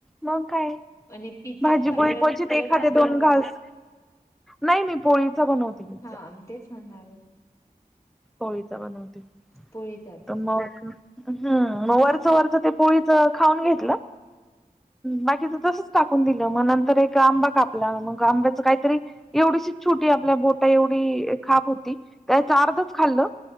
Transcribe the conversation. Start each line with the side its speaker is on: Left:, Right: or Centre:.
Centre: मग काय
Left: आणि पिझ्झा
Centre: भाजीपोळी
Left: कसा ब्रेड
Centre: क्वचित
Left: ब्रेड
Centre: एखादे
Left: वर बनवला
Centre: दोन घास..
Left: का?
Centre: नाही मी पोळीच बनवते पिझ्झा..
Left: हा तेच म्हणणवे
Centre: पोळीचा बनवते
Left: पोळीचाच
Centre: तर मग हम्म मग वरचं वरचं ते पोळीच खाऊन घेतलं् बाकीच तस टाकून दिलं मग नंतर एक आंबा कापला मग आंब्याच काहीतरी एवढीशी छोटी आपल्या बोटा एवढी खाप होती त्याचा अर्धच खाल्लं